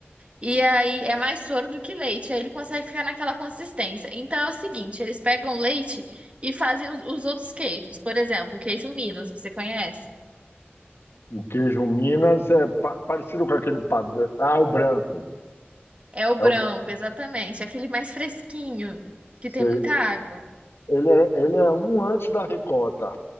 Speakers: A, on the right; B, on the left.
A: E aí é mais soro do que leite, aí ele consegue ficar naquela consistência. Então é o seguinte, eles pegam leite e fazem os, os outros queijos. Por exemplo, o queijo Minas, você conhece?
B: o queijo Minas é pa- parecido com aquele padrão. Ah, o branco.
A: É o branco,
B: É o branco.
A: exatamente. Aquele mais fresquinho, que
B: Sei.
A: tem muita água.
B: Ele é, ele é um antes da ricota.